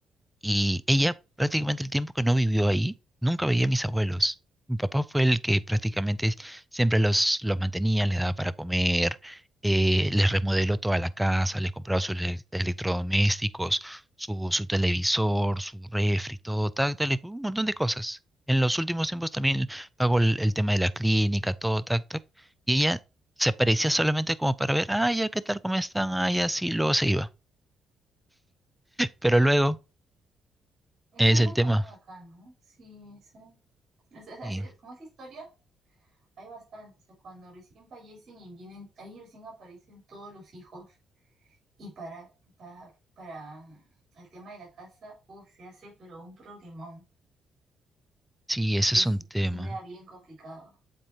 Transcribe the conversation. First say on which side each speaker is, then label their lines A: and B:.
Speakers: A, in the centre; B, on the right.
A: Y ella prácticamente el tiempo que no vivió ahí, nunca veía a mis abuelos. Mi papá fue el que prácticamente siempre los, los mantenía, les daba para comer, eh, les remodeló toda la casa, les compraba sus ele- electrodomésticos, su, su televisor, su refri, todo, tal, tal, un montón de cosas. En los últimos tiempos también pagó el, el tema de la clínica, todo, tac, tac. Y ella se aparecía solamente como para ver, ah, ya, ¿qué tal? ¿Cómo están? Ah, ya, sí, luego se iba. Pero luego
B: Eso
A: es
B: es
A: el
B: muy
A: tema.
B: común acá, ¿no? Sí, sí. O sea, es-
A: Y
B: es- como esa historia hay bastante, o sea, cuando recién fallecen y vienen, ahí recién aparecen todos los hijos. Y para, para, para mm, el tema de la casa, uf, se hace, pero un problemón.
A: Sí, ese
B: Es,
A: es un tema.
B: es un tema bien complicado.